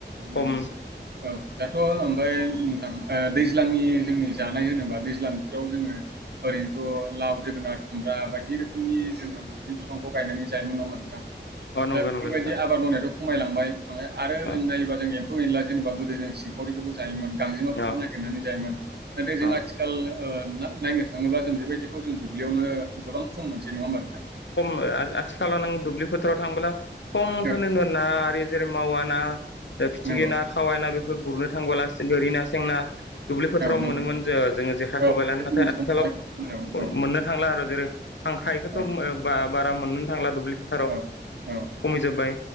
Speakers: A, on the right; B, on the left.
A: नंगौ
B: हम
A: औ दाथ' ओमफ्राय नोंथां ओ दैज्लांनि जोंनि जानाय होनोबा दैज्लांबोथोराव जोङो ओरैनोथ' लाव जोगोनार खुमब्रा बायदि रोखोमनि जोङो बिदि बिफांखौ गायनानै जायोमोन नङा होमबा नोंथां?
B: अ नंगौ
A: दा बेफोरबायदि
B: नंगौ नोंथां
A: आबाद मावनायाथ' खमायलांबाय ओमफ्राय आरो
B: अ
A: जों नायोबा जों एम्फौ एनला बा गोदो जों सिंखावरिफोरखौ जायोमोन गांजेमाफोरखौ
B: अ
A: नागिरनानै जायोमोन नाथाय जों
B: अ
A: आथिखाल ओ ना नायनो थाङोब्ला जों बेबायदिखौ जों दुब्लियावनो गोबां खम मोनसै नङा होमबा नोंथां?
B: खम आ आथिखालाव नों दुब्लि फोथाराव थांबोब्ला खमखोनो
A: औ
B: ना बेजेर मावा ना फिथिखि
A: नंगौ।
B: ना खावाय ना बेफोरखौ गुरनो थांबोला सिदरि ना सेंना दुब्लि फोथाराव
A: औ नों
B: मोनोमोन जे जोङो जेखाइ
A: औ
B: खबबाय लानो
A: गोदोनि
B: नाथाय
A: समावहाय
B: आथिखालाव
A: औ, औ,
B: मोननो थांला आरो जेरै खांखायखौथ
A: औ,
B: मो बा बारा मोनोनो थांला दुब्लि फोथाराव।
A: औ, औ
B: खमिजोब्बाय